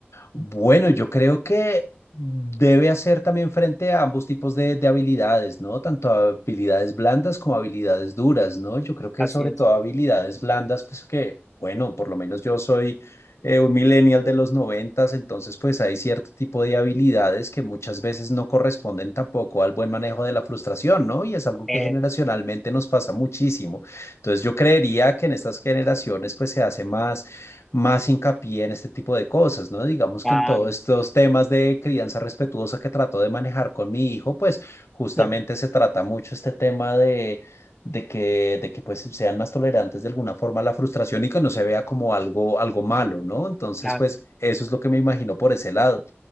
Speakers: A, on the left; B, in the centre.
A: Bueno, yo creo que debe hacer también frente a ambos tipos de, de habilidades, ¿no? Tanto habilidades blandas como habilidades duras, ¿no? Yo creo que
B: Así
A: sobre
B: es.
A: todo habilidades blandas, pues que, bueno, por lo menos yo soy eh, un millennial de los noventas, entonces pues hay cierto tipo de habilidades que muchas veces no corresponden tampoco al buen manejo de la frustración, ¿no? Y es algo que
B: Eh,
A: generacionalmente nos pasa muchísimo. Entonces yo creería que en estas generaciones pues se hace más más hincapié en este tipo de cosas, ¿no? Digamos
B: claro,
A: que en todos estos temas de crianza respetuosa que trato de manejar con mi hijo, pues justamente
B: <laughs>
A: se trata mucho este tema de, de que, de que pues sean más tolerantes de alguna forma a la frustración y que no se vea como algo, algo malo, ¿no? Entonces,
B: claro.
A: pues eso es lo que me imagino por ese lado.